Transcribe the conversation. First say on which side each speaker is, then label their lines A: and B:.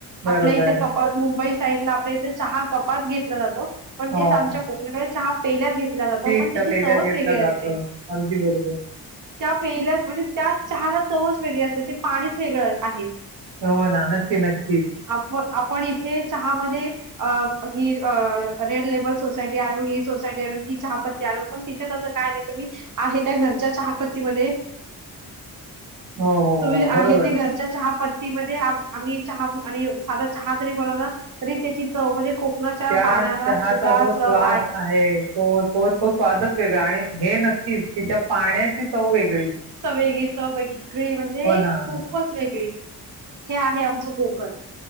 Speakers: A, on the right (about 50°); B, on the right (about 80°).
A: आपल्या
B: बरोबर.
A: इथे का परत मुंबई. साईड ला आपल्या इथे चहा कपात घेतला जातो. पण
B: हो.
A: तेच आमच्या कोकणाकडे चहा. पहिलाच घेत. ला जातो
B: स्टीलच्या
A: पण त्याची
B: पेल्यात
A: चवच
B: घेतला
A: वेगळी असते
B: जातो. अगदी बरोबर.
A: त्या पेल्यात म्हणजे त्या चहाला चवच वेगळी असते ते पाणीच वेगळं आहे.
B: हो ना नक्की नक्कीच
A: आप आपण इथे चहा मध्ये अ ही अ रेड लेबल, सोसायटी आणू ही सोसायटी आणू ती चहापत्ती आणू पण तिथे त काय नाही तुम्ही आहे त्या घरच्या चहापत्ती मध्ये
B: हो, हो,
A: तुम्ही
B: हो. बरोबर.
A: आहे ते घरच्या चहा पत् ती मदे आ आम्ही चहा आणि साधा चहा तरी बनवला तरी त्याची चव म्हणजे कोकणाच्या
B: त्या
A: पाण्याला
B: चहाचा
A: सुद्धा
B: जो स्वाद
A: चव
B: आहे तो तो तो स्वादच वेगळा आहे. हे नक्कीच की त्या पाण्याची चव वेगळीच
A: च चव वेगळीच वेगळी म्हणजे
B: ना.
A: खूपच वेगळी हे आहे आमचं कोकण